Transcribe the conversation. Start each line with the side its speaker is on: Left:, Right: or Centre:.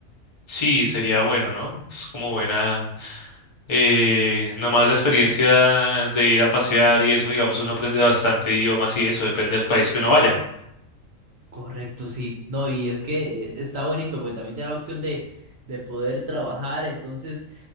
Left: sí, sería bueno, ¿no? Es como buena, eh, nomás la experiencia de ir a pasear y eso, digamos, uno aprende bastante idiomas y eso, depende del país que uno vaya.
Right: Correcto, sí. No, y es que eh, está bonito porque también te da la opción de, de poder trabajar, entonces